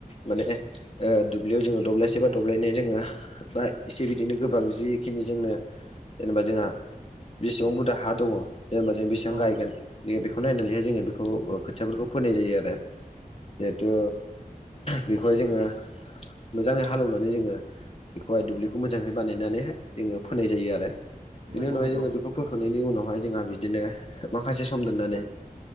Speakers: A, on the left (about 40°); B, on the right (about 80°).
A: माने दुब्लियाव जोङो दब्लायसे बा दब्लायनाय जोङो बा एसे बिदिनो गोबां जिखिनि जोंनो जेनेबा जोंहा बेसेबां बुरजा हा दङ जेनेबा जों बेसेबां
B: औ
A: गायगोन जोङो बेखौ नायनानैहाय जोङो बेखौ खोथियाफोरखौ फोननाय जायो आरो। जिहेथु बेखौहाय जोङो मोजाङै हालेवनानै जोङो बेखौहाय दुब्लिखौ मोजाङै बानायनानैहाय जोङो फोनाय जायो आरो। बिनि
B: नंगौ
A: उनावहाय
B: नंगौ
A: जोङो बेखौ फोखांनायनि उनावहाय जोंहा बिदिनो माखासे सम दोननानै